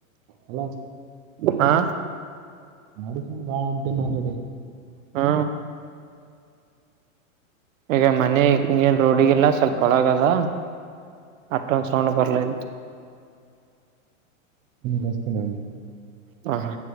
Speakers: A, on the right (about 20°); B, on the right (about 65°).
A: ಅಲ್ಲ
B: ಹಾ
A: ನಾಡ ಚೊಂಡು ಬಾಳ ಉಂಟೇ ನ ಕಡೆ
B: ಹಾ ಈಗ ಮನೆ ಮೇನ್ ರೋಡಿಗಿಲ್ಲ ಸ್ವಲ್ಪ ಒಳಗದ ಅತ್ತೊಸ್ ಸೌಂಡ್ ಬರ್ಲಾಗ್ಯದ
A: ಬಸ್ತ ನ <unintelligible>
B: ಹಾ ಹಾ